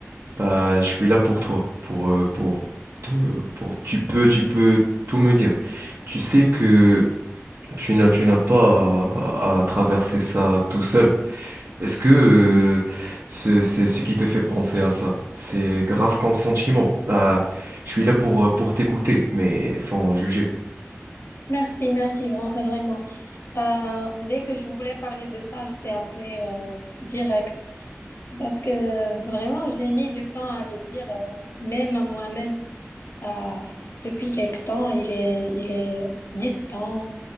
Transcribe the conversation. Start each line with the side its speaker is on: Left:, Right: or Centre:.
Right: Bah je suis là pour toi, pour euh, pour te pour tu peux tu peux tout me dire. Tu sais que tu n'as tu n'as pas à, à traverser ça tout seul. Est-ce que euh, ce c'est ce qui te fait penser à ça? C'est grave comme sentiment. Bah je suis là pour euh, pour t'écouter, mais sans juger.
Left: Merci, merci vra- vraiment. Euh, dès que je voulais parler de ça, je t'ai appelé euh, direct. Parce que euh, vraiment, j'ai mis du temps à le dire, euh, même à moi-même. Ah, depuis quelque temps, il est, il est distant,